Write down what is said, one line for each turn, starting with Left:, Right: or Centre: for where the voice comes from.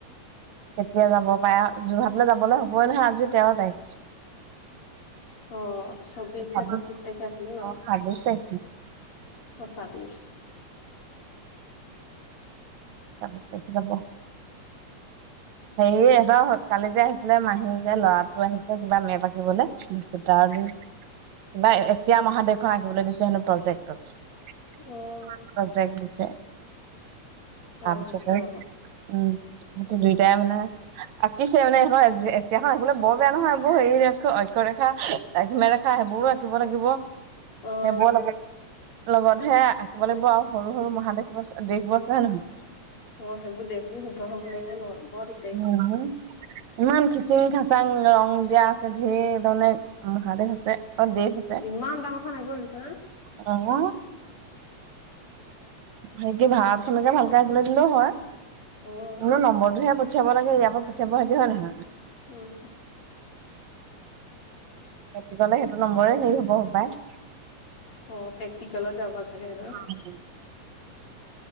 Right: কেতিয়া যাব পাৰো যোৰহাটলে যাবলৈ হবই নহয় আজি তেৰ তাৰিখ।
Left: অ, চৌবিশ
Right: ছাব্বিশ
Left: নে পঁচিশ তাৰিখে আছিলিলে ন'
Right: অ ছাব্বিশ তাৰিখে
Left: অ, ছাবিশ
Right: তাৰপিচত দেখা যাব। হেৰি এবাৰ কালি যে আহিছিলে মাহী যে ল'ৰাটো আহিছে কিবা মেপ আঁকিবলে। তাৰ কিবা এছিয়া মহাদেশখন আঁকিবলে দিছে হেনো প্ৰজেক্টত। প্ৰজেক্ট
Left: উম। অ',
Right: দিছে।
Left: অ',
Right: তাৰপিছতে
Left: স্কুলৰ পৰা
Right: উম, দুইটাই মানে। আঁকিছে মানেখন এছিয়াখনো বৰ বেয়া নহয় বৰ হেৰি অক্ষয় ৰেখা। দ্ৰাঘিমাৰেখা সেইবোৰও ৰাঁখিব লাগিব সেইবোৰও
Left: অ',
Right: লাগিব। লগতহে আঁকিব লাগিব আৰু সৰু-সৰু মহাদেশ ব দেশবোৰ আছে হয় নে নহয়?
Left: অ, সেইবোৰ দেশবোৰ শুদ্ধৰ হব লাগিব ন? বৰ দিগদাৰি।
Right: উম। ইমান খিচিং খাচাং ৰং দিয়া আছে ধঢেৰ ধৰণে মহাদেশ আছে অ দেশ আছে।
Left: ইমান ডাঙৰখন আগি দিছে না?
Right: অহ, সে কি ভাৰা খনকে ভালকে আহিবলৈ দিলেও হয়
Left: অ',
Right: ম নম্বৰটোহে। পঠাব লাগে ইয়াৰ পৰা পঠিয়াব সেইটো হয় নহয়?
Left: উম।
Right: মেট্ৰিকলে সেইটো নম্বৰে হেৰি হ'ব সবায়।
Left: অ প্ৰেক্টিকেলত যাব চাগে আৰু।
Right: উম,